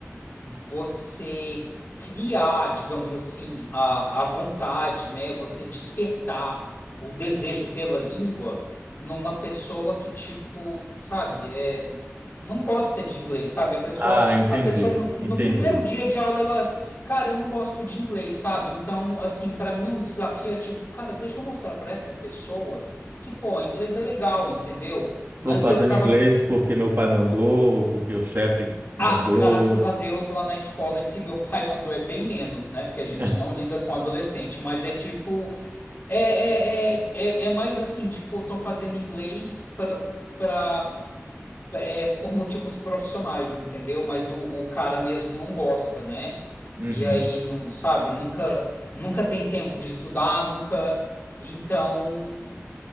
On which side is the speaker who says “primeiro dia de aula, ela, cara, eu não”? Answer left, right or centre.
Left